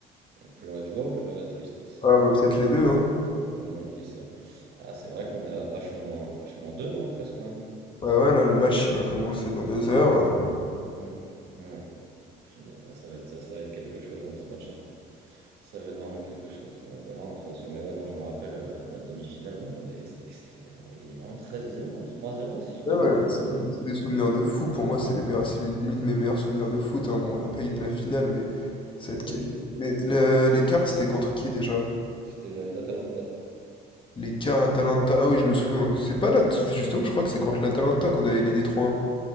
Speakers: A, on the right (about 70°); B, on the left (about 30°).
A: On pleurait de joie ou pleurait de tristesse?
B: Ah, bah, peut-être les deux, hein.
A: Ouais, qui sait. Ah, c'est vrai qu'on est à H-, h deux hein, presque là.
B: Bah ouais, là, le match, il va commencer dans deux heures. euh.
A: Hmm. Ouais. Punaise, ah, ça va être, ça ça va être quelque chose hein, ce match. hein. Ça va être vraiment quelque chose. Bon, on verra hein, de toute façon. Mais ouais, non, je me rappelle euh, la demi-finale. ouais, on avait, c'était, c'était- on avait gagné vraiment très aisément. hein, 3-0, si je dis
B: Ouais, ouais,
A: pas de bêtises.
B: mais c'est c'est des souvenirs de fou. Pour moi, c'est les meilleurs, c'est limite mes meilleurs souvenirs de foot, hein. Bon, on n'a pas gagné la finale, mais cette
A: Oui,
B: quali- Mais le- l'écart, c'était contre qui, déjà?
A: c'était euh, l'Atalanta.
B: L'écart Atalanta... Ah oui, je me souviens. C'est pas là... Justement, je crois que c'est contre l'Atalanta qu'on avait gagné trois un